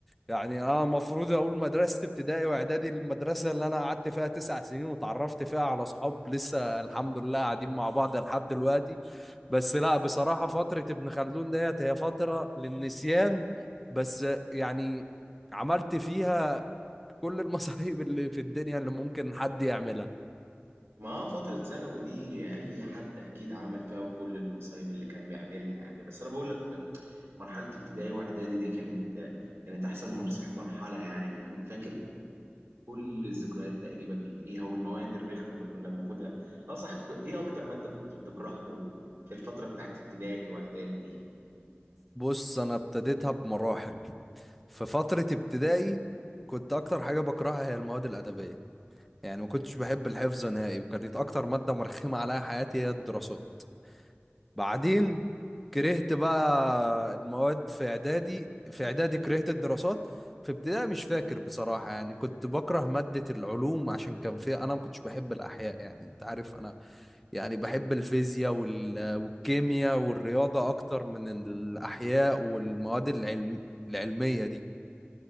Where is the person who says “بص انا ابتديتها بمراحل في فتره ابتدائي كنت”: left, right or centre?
Centre